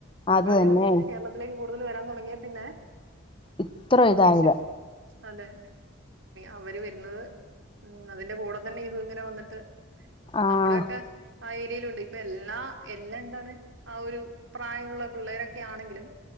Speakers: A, on the right; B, on the left.
A: ബംഗാളികളൊക്കെ
B: അത് തന്നെ
A: ഇങ്ങനെ കേരളത്തിലേക്ക് കൂടുതൽ വരാൻ തുടങ്ങിയാ പിന്നെ
B: ഇത്ര
A: ഈ
B: ഇതായത്
A: ഒഡിഷ ച്ച് അതെ അവര് വര്ന്നത് ഉം അതിന്റെ കൂടെ തന്നെ ഇത് ഇങ്ങനെ വന്നിട്ട്
B: ആഹ്
A: നമ്മുടെക്കെ ആ ഏരിയേലുണ്ട് ഇപ്പൊ എല്ലാ എല്ലാ എന്താണ് ആ ഒരു പ്രായമുള്ള പിള്ളേരൊക്കെ ആണെങ്കിലും